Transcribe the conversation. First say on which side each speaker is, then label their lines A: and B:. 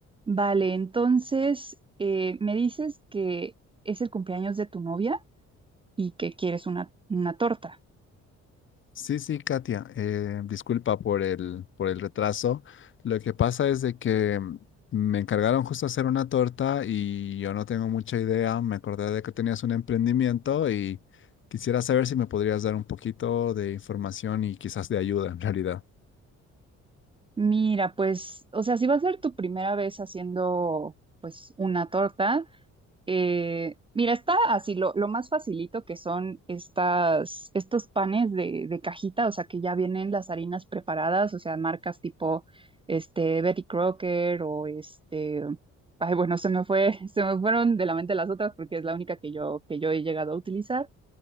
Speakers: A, on the right; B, on the left.
A: Vale, entonces eh, me dices que es el cumpleaños de tu novia y que quieres una, una torta.
B: Sí, sí, Katia, eh, disculpa por el, por el retraso. Lo que pasa es de que mm, me encargaron justo hacer una torta y yo no tengo mucha idea. Me acordé de que tenías un emprendimiento y quisiera saber si me podrías dar un poquito de información y quizás de ayuda en realidad.
A: Mira, pues, o sea, si va a ser tu primera vez haciendo pues una torta, Eh, mira, está así, lo, lo más facilito que son estas, estos panes de, de cajita, o sea, que ya vienen las harinas preparadas, o sea, marcas tipo este, Betty Crocker o este, ay, bueno, se me fue, <laughs> se me fueron de la mente las otras porque es la única que yo, que yo he llegado a utilizar.